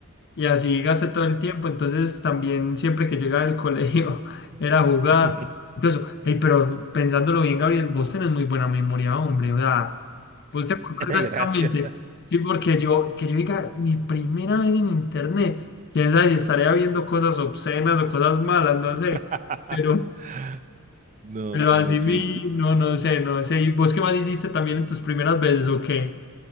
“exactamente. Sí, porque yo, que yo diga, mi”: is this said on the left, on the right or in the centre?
Left